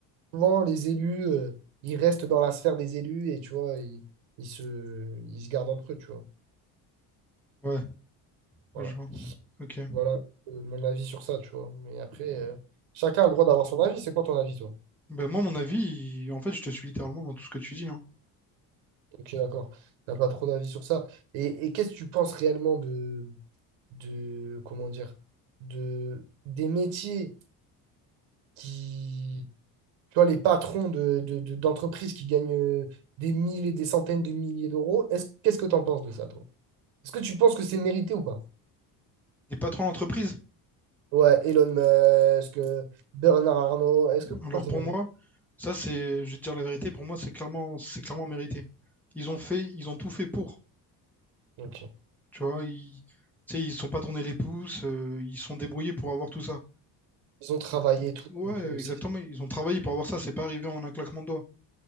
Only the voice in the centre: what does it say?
Ouais,
ouais, je vois. Ok.
Ben moi, mon avis, il- en fait, je te suis littéralement dans tout ce que tu dis. Hein.
T'es patron d'entreprise?
Alors
pour
moi, ça c'est, je vais te dire la vérité, pour moi c'est clairement, c'est clairement mérité. Ils ont fait, ils ont tout fait pour,
tu vois, ils, tu sais, ils se sont pas tournés les pouces, euh, ils se sont débrouillés pour avoir tout ça.
Donc,
ouais,
exactement, ils ont travaillé pour avoir ça, c'est pas arrivé en un claquement de doigts.